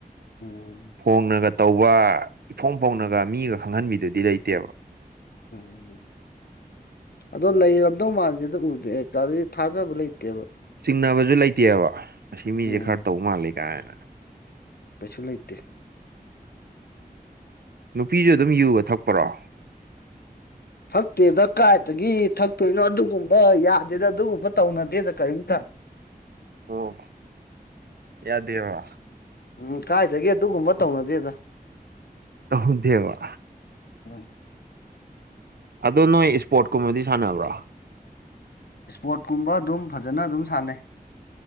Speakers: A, on the left; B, on the right.
A: ꯎꯝ
B: ꯐꯣꯡꯅꯒ ꯇꯧꯕ ꯏꯐꯣꯡ ꯐꯣꯡꯅꯒ
A: ꯎꯝ
B: ꯃꯤꯒ ꯈꯪꯍꯟꯕꯤꯗꯨꯗꯤ ꯂꯩꯇꯦꯕ꯫
A: ꯎꯝ ꯑꯗꯣ ꯂꯩꯔꯝꯗꯧ ꯃꯥꯟꯗꯦꯗ ꯎꯗꯦ ꯑ ꯑꯗꯩ ꯊꯥꯖꯕ ꯂꯩꯇꯦꯕ꯫
B: ꯆꯤꯡꯅꯕꯖꯨ ꯂꯩꯇꯦꯕ ꯑꯁꯤ ꯃꯤꯖꯦ
A: ꯎꯝ
B: ꯈꯔ ꯇꯧ ꯃꯥꯜꯂꯤ ꯀꯥꯏꯅ꯫
A: ꯀꯩꯁꯨ ꯂꯩꯇꯦ꯫
B: ꯅꯨꯄꯤꯖꯨ ꯑꯗꯨꯝ ꯌꯨꯒ ꯊꯛꯄꯔꯣ?
A: ꯊꯛꯇꯦꯗ ꯀꯥꯏꯗꯒꯤ ꯊꯛꯇꯣꯏꯅꯣ ꯑꯗꯨꯒꯨꯝꯕ ꯌꯥꯗꯦꯗ ꯑꯗꯨꯒꯨꯝꯕ ꯇꯧꯅꯗꯦꯗ ꯀꯔꯤꯝꯇ꯫
B: ꯑꯣ ꯌꯥꯗꯦꯕ꯫
A: ꯎꯝ ꯀꯥꯏꯗꯒꯤ ꯑꯗꯨꯒꯨꯝꯕ ꯇꯧꯅꯗꯦꯗ꯫
B: ꯇꯧꯗꯦꯕ꯫
A: ꯑ
B: ꯑꯗꯣ ꯅꯣꯏ ꯁꯄꯣꯔꯠ ꯀꯨꯝꯕꯗꯤ ꯁꯥꯟꯅꯕ꯭ꯔꯣ꯫
A: ꯁ꯭ꯄꯣꯔꯠ ꯀꯨꯝꯕ ꯑꯗꯨꯝ ꯐꯖꯅ ꯑꯗꯨꯝ ꯁꯥꯟꯅꯩ꯫